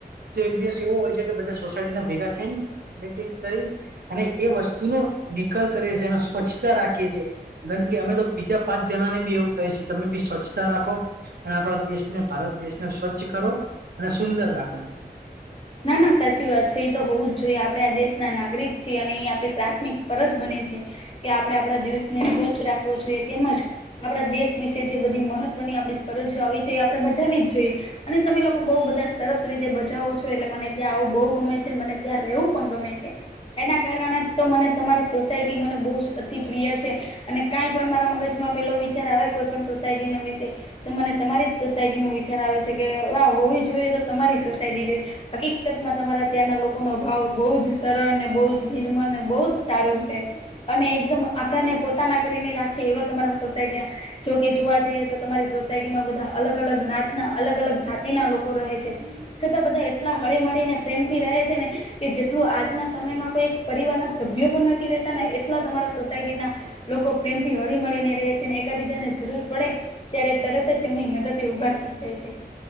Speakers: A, on the right; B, on the left.
A: તો એક દિવસ એવો હોય છે કે બધા સોસાયટી ના ભેગા થઈ ને મીટિંગ કરી અને એ વસ્તુનો નિકાલ કરીએ છીએ એનો સ્વચ્છતા રાખીએ છીએ ગંદકી અમે તો બીજા પાંચ જણા ને બી એવું કહીએ તમે બી સ્વચ્છ રાખો અને આપણા દેશને ભારત દેશ સ્વચ્છ કરો અને સુંદર રાખો. <inaudible>
B: ના ના સાચી વાત છે એ તો હોવું જ જોઈએ આપડે આ દેશ ના નાગરિક છે અને એ આપડે પ્રાથમિક ફરજ બને છે. કે આપણે આપણા દેશને સ્વચ્છ રાખવો જોઈએ તેમજ આપણા દેશ વિશે જે બધી મહત્વની આપણી ફરજો આવી છે એ આપણે બજાવી જ જોઈએ અને તમે લોકો બહુ બધા સરસ રીતે બજાવો છો. મને ત્યાં આવું બહુ ગમે છે. મને ત્યાં રહેવું પણ ગમે છે. એના કારણે તો મને તમારી સોસાયટી મને બહુ જ અતિ પ્રિય છે. અને કાંઈ પણ મારા મગજમાં પેલો વિચાર આવે કોઈ પણ સોસાયટીના વિશે, તો મને તમારી જ સોસાયટી નો વિચાર આવે છે. કે વાહ હોવી જોઈએ તો તમારી સોસાયટી જેવ હકીકત માં તમારા ત્યાંના લોકોનો ભાવ બહુ જ સરળ ને, બહુ જ નિર્મલ, ને બહુ જ સારું છે. અને એકદમ આપણેને પોતાના કરીને રાખે એવા તમારા સોસાયટી જોકે જોવા જઈએ તો તમારી સોસાયટીમાં બધા અલગ અલગ નાતના અલગ અલગ જાતિના લોકો રહે છે. છતાં બધા એટલા હળી મળીને પ્રેમથી રહે છે ને. કે જેટલું આજના સમયમાં કોઈ એક પરિવારના સભ્યો પણ નથી રહેતા ને એટલા તમારા સોસાયટીના લોકો પ્રેમથી હળી મળીને રહે છે. ને એકબીજાને જરૂર પડે ત્યારે તરત જ એમની મદદ દે ઊભા થઈ જાય છે.